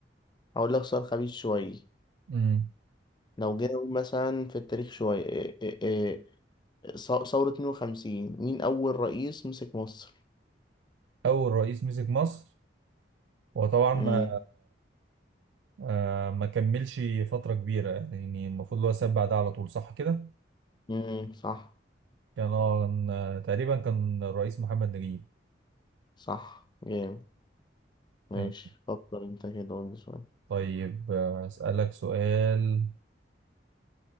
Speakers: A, on the left (about 25°); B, on the right (about 85°).
A: هقول لك سؤال خبيث شوية
B: مم.
A: لو جينا نقول مثلا في التاريخ شوية إيه، إيه، إيه، ص- ثورة 52 مين أول رئيس مسك مصر؟
B: أول رئيس مسك مصر هو طبعا ما
A: مم.
B: آه ما كملش فترة كبيرة يعني المفروض اللي هو ساب بعدها على طول صح كده؟
A: مم. صح
B: كان آه، تقريبا كان الرئيس محمد نجيب
A: صح جامد ماشي
B: تمام.
A: فكر انت كده قول لي سؤال
B: طيب آه، أسألك سؤال